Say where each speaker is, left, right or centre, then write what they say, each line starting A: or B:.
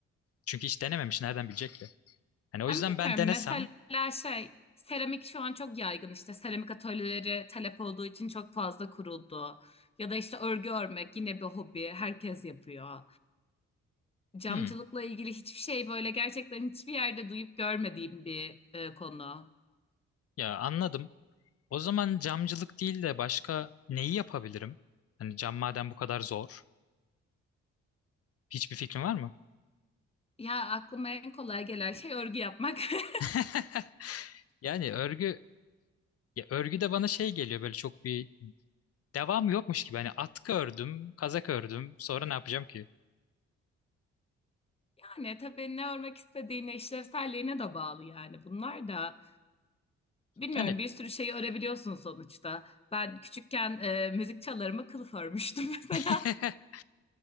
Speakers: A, on the left (about 50°); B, on the left (about 20°).
A: Çünkü hiç denememiş, nereden bilecek ki? Hani o
B: Ama
A: yüzden
B: bilmiyorum
A: ben denesem,
B: mesela şey seramik şu an çok yaygın işte seramik atölyeleri talep olduğu için çok fazla kuruldu. Ya da işte örgü örmek yine bir hobi herkes yapıyor. Camcılıkla
A: hmm,
B: ilgili hiçbir şey böyle gerçekten hiçbir yerde duyup görmediğim bir e, konu.
A: ya anladım. O zaman camcılık değil de başka neyi yapabilirim? Hani cam madem bu kadar zor. Hiçbir fikrin var mı?
B: Ya aklıma en kolay gelen şey örgü yapmak. <laughs>
A: <laughs> Yani örgü ya örgü de bana şey geliyor böyle çok bir devamı yokmuş gibi. Hani atkı ördüm, kazak ördüm. Sonra ne yapacağım ki?
B: Yani tabii ne örmek istediğine, işlevselliğine de bağlı yani bunlar da. Bilmiyorum
A: Yani
B: bir sürü şeyi örebiliyorsun sonuçta. Ben küçükken e, müzik çalarıma kılıf örmüştüm <laughs> mesela.
A: <laughs>